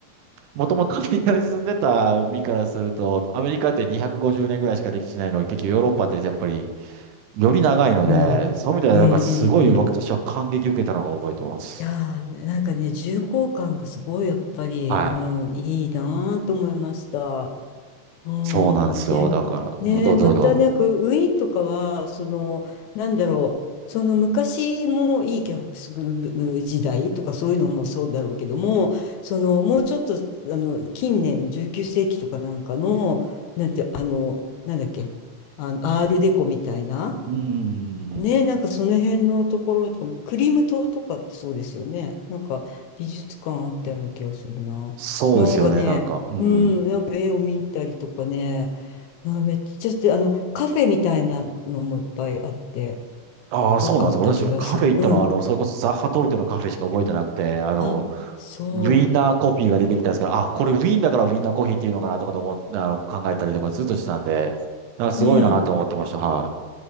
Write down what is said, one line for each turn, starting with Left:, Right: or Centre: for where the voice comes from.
Right: もともとアメリカに住んでた身からすると、アメリカって250年ぐらいしか歴史ないのに、結局ヨーロッパってやっぱりより長いので、
Left: うんうんうん。
Right: そういう意味ではなんかすごい私は感激受けたのを覚えてます。
Left: いやー、なんかね、重厚感がすごいやっぱり、
Right: はい。
Left: うん、いいなーと思いました。うん、
Right: そうなんですよ。
Left: で、
Right: だから、
Left: ね、
Right: うんどうぞどうぞ。
Left: またなんかウィーンとかは、その、なんだろう、その昔もいいケハプスブルク時代とかそういうのもそうだろうけども、その、もうちょっと、あの、近年の19世紀とかなんかの、なんて、あの、なんだっけ、あの、アールデコみたいな、
Right: うん。
Left: ねえ、なんかその辺のところとか、クリム島とかってそうですよね。なんか美術館あったような気がするな。
Right: そうですよね。
Left: なんかね、
Right: なんか、うん。
Left: うん、なんか絵を見たりとかね、あ、めっちゃして、あの、カフェみたいなのもいっぱいあって、
Right: ああ、
Left: よかった気がする。
Right: そうなんですよ。私もカフェ行ったのは、
Left: うん。
Right: あの、それこそザッハトルテのカフェしか覚えてなくて、あの、
Left: あ、そ
Right: ウィンナーコーヒーが出てきたんですけど、あ、これウィーンだからウィンナーコーヒーっていうのかなとかと思っ、あの、考えたりとかずっとしてたんで、あ、すごいなと思ってました。
Left: う。うん。
Right: はい。